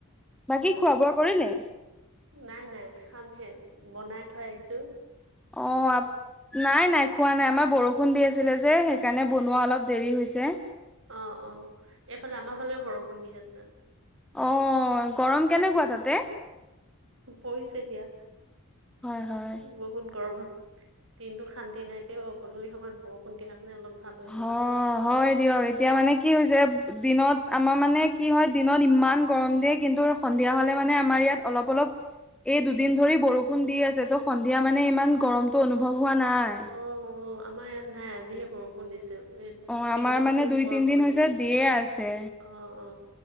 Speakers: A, in the centre; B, on the right.
A: বাকী খোৱা বোৱা কৰিলে।
B: নাই নাই খামহে, বনাই থৈ আহিছোঁ।
A: অ', নাই নাই খোৱা নাই, আমাৰ বৰষুণ দি আছিলে যে। সেইকাৰণে বনোৱা অলপ দেৰি হৈছে।
B: অ' অ', এইফালে আমাৰ ফালেও বৰষুণ দি আছে
A: অ', গৰম কেনেকুৱা তাতে।
B: পৰিছে দিয়া,
A: হয় হয়
B: বহুত গৰম। দিনটো শান্তি নাই তে, গধূলি সময়ত। বৰষুণ দিয়াৰ কাৰণে অলপ ভাল হৈছে
A: অ', হয় দিয়ক, এতিয়া মানে কি হৈছে। দিনত আমাৰ মানে কি হয়। দিনত ইমান গৰম দিয়ে কিন্তু সন্ধিয়া হ'লে মানে আমাৰ ইয়াত অলপ অলপ। এই দুদিন ধৰি বৰষুণ দি আছে, তো সন্ধিয়া মানে ইমান গৰমতটো অনুভৱ হোৱা নাই।
B: অ অ আমাৰ ইয়াত নাই আজিহে বৰষুণ দিছে। এইকেইদিন
A: অ আমাৰ মানে
B: খুব
A: দুই
B: গৰম
A: তিনদিন
B: পৰি
A: হৈছে
B: আছে
A: দিয়ে আছে
B: অ' অ'।